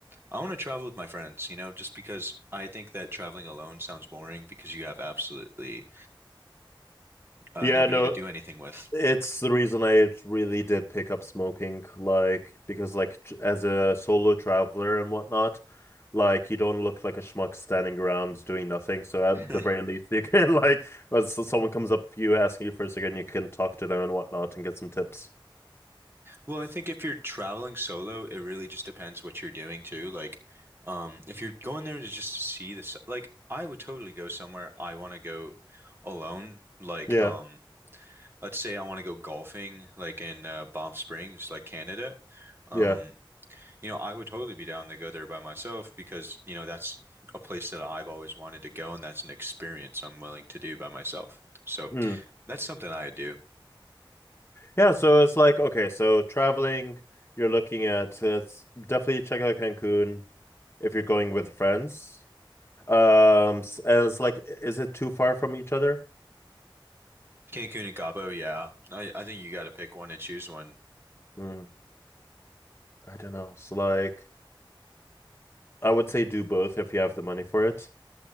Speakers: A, on the right (about 25°); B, on the left (about 30°).
A: I want to travel with my friends, you know, just because I think that traveling alone sounds boring because you have absolutely uh,
B: Yeah,
A: nobody
B: no,
A: to do anything with.
B: It's the reason I really did pick up smoking, like because like j- as a solo traveler and whatnot, like you don't look like a schmuck standing around doing nothing. So at
A: <laughs>
B: the very least, you can <laughs> like when s- someone comes up to you asking you for a second, you can talk to them and whatnot and get some tips.
A: Well, I think if you're traveling solo, it really just depends what you're doing too. Like, um, if you're going there to just to see the, s- like, I would totally go somewhere I want to go alone. Like,
B: Yeah,
A: um, let's say I want to go golfing, like in uh, Banff Springs, like Canada. Um,
B: yeah,
A: you know, I would totally be down to go there by myself because, you know, that's a place that I've always wanted to go and that's an experience I'm willing to do by myself. So
B: mm.
A: that's something I do.
B: yeah. So it's like okay, so traveling, you're looking at it's definitely check out Cancun if you're going with friends. Um, s- and it's like, is it too far from each other?
A: Cancun and Cabo, yeah. I, I think you got to pick one and choose one.
B: Hmm. I don't know. It's like I would say do both if you have the money for it,